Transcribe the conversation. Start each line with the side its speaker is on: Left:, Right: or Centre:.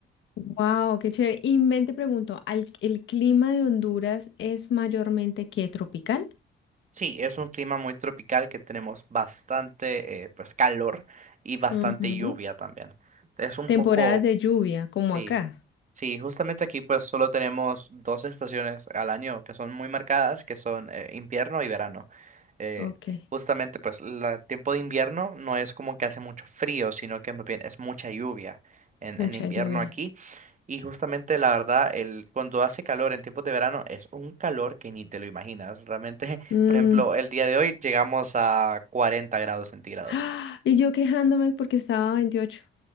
Left: wow, qué chévere. Y ven, te pregunto, ¿al- ¿el clima de Honduras es mayormente que tropical?
Right: Sí, es un clima muy tropical que tenemos bastante eh, pues calor y bastante
Left: Ujú.
Right: lluvia también. Es un
Left: Temporadas
Right: poco,
Left: de lluvia, como
Right: sí,
Left: acá.
Right: sí, justamente aquí pues solo tenemos dos estaciones al año que son muy marcadas, que son eh, invierno y verano. Eh,
Left: Ok,
Right: justamente pues la- el tiempo de invierno no es como que hace mucho frío, sino que más bien es mucha lluvia en,
Left: mucha
Right: en invierno
Left: lluvia.
Right: aquí. Y justamente la verdad, el, cuando hace calor en tiempos de verano es un calor que ni te lo imaginas. Realmente, <laughs>
Left: Mm,
Right: por ejemplo,
Left: <gasps>
Right: el día de hoy llegamos a 40 grados centígrados.
Left: ¡ah! Y yo quejándome porque estaba a 28.